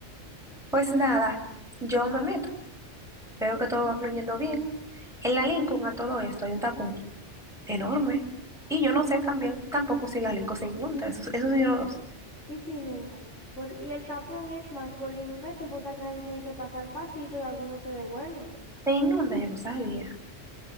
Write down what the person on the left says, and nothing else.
Sí se inunda. Por- y el tapón es más por la inundación, pues o sea que la gente tiene que pasar pasito y algunos se devuelven.